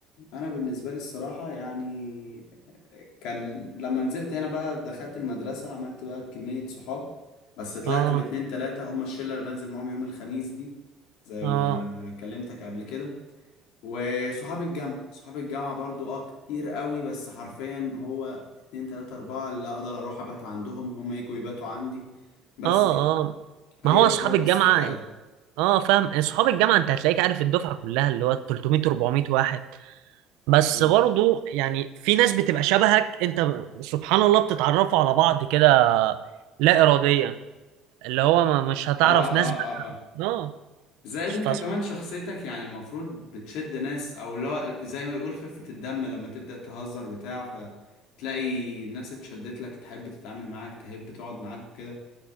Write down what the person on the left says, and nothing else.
انا بالنسبة لي الصراحة يعني كان لما نزلت هنا بقى دخلت المدرسة عملت بقى كمية صحاب بس طلعت
باتنين تلاتة هما الشلة اللي بنزل معاهم يوم الخميس دي زي
ما كلمتك قبل كده وصحاب الجامعة صحاب الجامعة برضو اه كتير قوي بس حرفيا هو اتنين تلاتة أربعة اللي أقدر أروح أبات عندهم هما يجوا يباتوا عندي بس
كده
هي
الدايرة
الصغيرة دي
مم.
اه
اه
اه اه
زائد انت
كمان شخصيتك يعني المفروض بتشد ناس او لا زي ما بيقول خفة الدم لما تبدأ تهزر بتاع فتلاقي الناس اتشدت لك تحب تتعامل معاك تحب تقعد معاك وكده